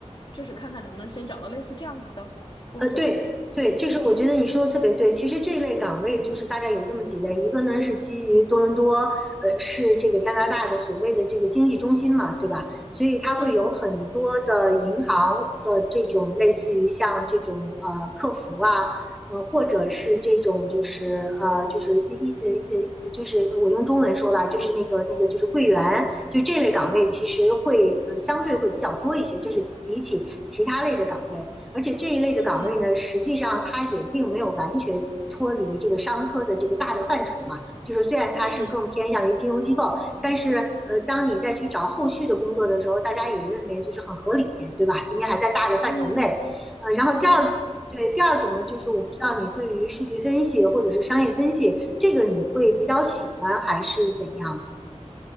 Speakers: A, on the left; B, in the centre.
A: 就是看看能不能先找到类似这样子的工作。
B: 呃，对对，就是我觉得你说的特别对。其实这一类岗位就是大概有这么几类，一个呢是基于多伦多，呃，是这个加拿大的所谓的这个经济中心嘛，对吧？所以它会有很多的银行的这种类似于像这种呃客服啊，
A: 嗯
B: 呃或者是这种就是呃就是一呃呃就是我用中文说吧，就是那个那个就是柜员，就这类岗位其实会呃相对会比较多一些，就是比起其他类的岗位。而且这一类的岗位呢，
A: 嗯
B: 实际上它也并没有完全脱离这个商科的这个大的范畴嘛。就是虽然它是更偏向于金融机构，
A: 嗯
B: 但是呃，当你再去找后续的工作的时候，大家也认为就是很合理，对吧？因为还在大的范畴内。
A: 嗯，
B: 呃，然后第二。
A: 是的。
B: 对，第二种呢，就是我不知道你对于数据分析或者是商业分析这个你会比较喜欢还是怎样？